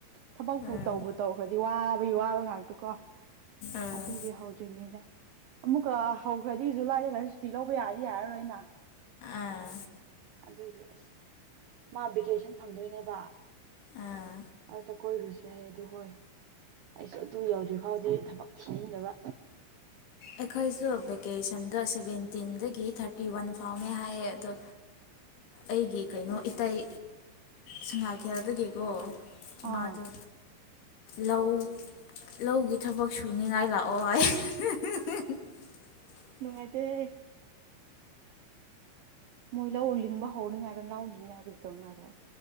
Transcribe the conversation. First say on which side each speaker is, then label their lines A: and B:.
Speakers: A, on the right; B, on the left.
A: ꯊꯕꯛꯄꯨ
B: ꯎꯝ
A: ꯇꯧꯕ ꯇꯧꯈ꯭ꯔꯗꯤ ꯋꯥ ꯋꯥꯕ ꯉꯥꯛꯇ ꯀꯣ
B: ꯎꯝ
A: ꯑꯗꯨꯒꯤ ꯍꯧꯗ꯭ꯔꯤꯉꯩꯗ ꯑꯃꯨꯛꯀ ꯍꯧꯈ꯭ꯔꯗꯤ ꯖꯨꯂꯥꯏꯗꯒ ꯁꯨꯇꯤ ꯂꯧꯕ ꯌꯥꯗꯤ ꯌꯥꯔꯔꯣꯏꯅ
B: ꯑꯥ
A: ꯑꯗꯨꯒꯤ ꯑꯁ ꯃꯥ ꯚꯦꯀꯦꯁꯟ ꯐꯪꯗꯣꯏꯅꯦꯕ
B: ꯑꯥ
A: ꯑꯗ ꯀꯣꯏꯔꯨꯁ ꯍꯥꯏ ꯑꯗꯨꯣ ꯍꯣꯏ ꯑꯩꯁꯨ ꯑꯗꯨ ꯌꯧꯗ꯭ꯔꯤ ꯐꯥꯎꯗꯤ ꯊꯕꯛ ꯊꯤꯖꯤꯟꯗꯕ
B: ꯑꯦꯈꯥꯏꯁꯨꯦ ꯑꯣꯀꯦꯁꯟꯗꯣ ꯁꯚꯦꯟꯇꯤꯟꯗꯒꯤ ꯊꯥꯔꯇꯤ ꯋꯥꯟ ꯐꯥꯎꯅꯦ ꯍꯥꯏꯌꯦ ꯑꯗꯣ ꯑꯩꯒꯤ ꯀꯩꯅꯣ ꯏꯇꯩ ꯁꯉꯥꯏꯊꯦꯜꯗꯒꯤꯀꯣ
A: ꯑꯥ
B: ꯃꯥꯖ ꯂꯧ ꯂꯧꯒꯤ ꯊꯕꯛ ꯁꯨꯅꯤꯡꯉꯥꯏ ꯂꯥꯛꯑꯣ ꯍ
A: ꯅꯨꯡꯉꯥꯏꯇꯦ ꯃꯣꯏ ꯂꯧꯜꯂꯤꯅꯤꯡꯕ ꯍꯧꯔꯅꯤꯉꯥꯏꯔꯣ ꯂꯧꯍꯅꯤꯡꯉꯥꯏꯔꯣ ꯀꯩ ꯇꯧꯅꯤꯉꯥꯏꯔꯣ